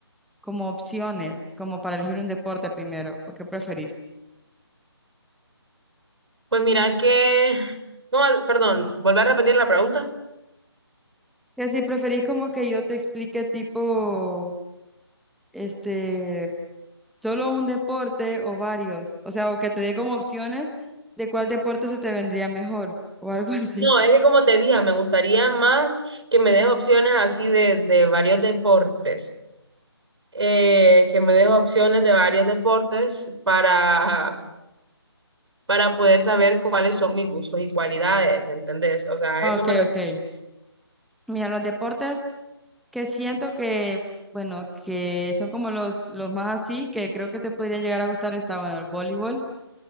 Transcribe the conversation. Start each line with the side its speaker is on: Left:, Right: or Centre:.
Centre: como opciones, como para elegir un deporte primero, o qué preferís?
Right: Pues mira que, no, perdón, volver a repetir la pregunta.
Centre: Y así preferís como que yo te explique tipo, este, solo un deporte o varios, o sea, o que te dé como opciones de cuál deporte se te vendría mejor o algo <laughs> así.
Right: No, es que como te dije, me gustaría más que me des opciones así de, de varios deportes, eh, que me des opciones de varios deportes para, para poder saber cuáles son mis gustos y cualidades, ¿me entendés? O sea, a
Centre: Ah,
Right: eso
Centre: ok,
Right: me refiero.
Centre: ok. Mira, los deportes que siento que, bueno, que son como los, los más así, que creo que te podrían llegar a gustar, está, bueno, el voleibol,